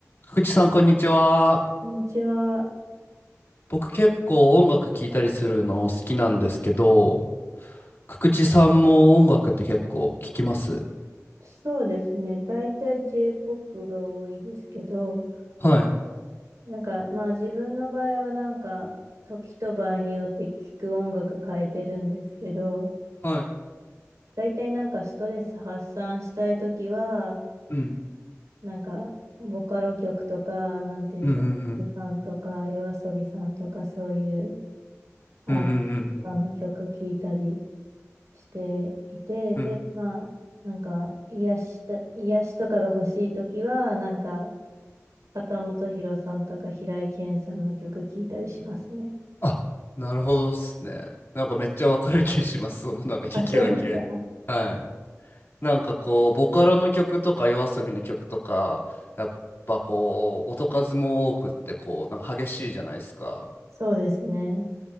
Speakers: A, on the left; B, on the right.
A: 福地さん、こんにちは。
B: こんにちは。
A: 僕結構音楽聴いたりするの好きなんですけど、福地さんも音楽って結構聴きます
B: そうですね。大体 J-POP が多いですけど、
A: はい。
B: なんかまあ自分の場合はなんか時と場合によって聴く音楽変えてるんですけど、
A: はい。
B: 大体なんかストレス発散したい時は、
A: うん。
B: なんかボカロ曲とか、なんて言うんでしょう、
A: うんうんうん。
B: さんとか夜遊びさんとかそういうアーティストさんの曲聴いたり
A: うんうんうんうん。
B: していて、
A: うん
B: で、まあなんか癒した、癒しとかが欲しい時は、なんか旗本博さんとか平井堅さんの曲聴いたりしますね。
A: あ、なるほどっすね。なんかめっちゃわかる気します。そのなんか聞き分け。
B: あ、そうですか。
A: はい。なんかこう、ボカロの曲とか YOASOBI の曲とか、やっぱこう、音数も多くってこう、なんか激しいじゃないですか。
B: そうですね。